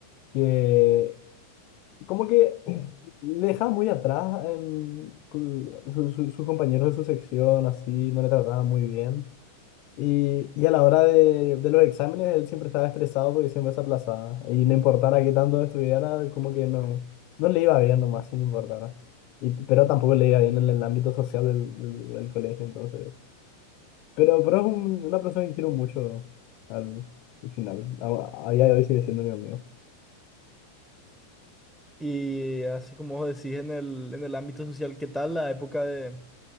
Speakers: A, on the left (about 40°); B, in the centre.
A: que como que <clears throat> le deja muy atrás en cu- su- su- sus compañeros de su sección, así, no le trataba muy bien. Y, y a la hora de, de los exámenes, él siempre estaba estresado porque siempre se aplazaba. Y no importara qué tanto estudiara, como que no, no le iba bien nomás, sin importar. Y, pero tampoco le iba bien en el ámbito social del, del, del colegio, entonces. Pero, pero es un- una persona que quiero mucho al, al final. A, a día de hoy sigue siendo mi amigo.
B: Y eh, así como vos decís en el, en el ámbito social, ¿qué tal la época de,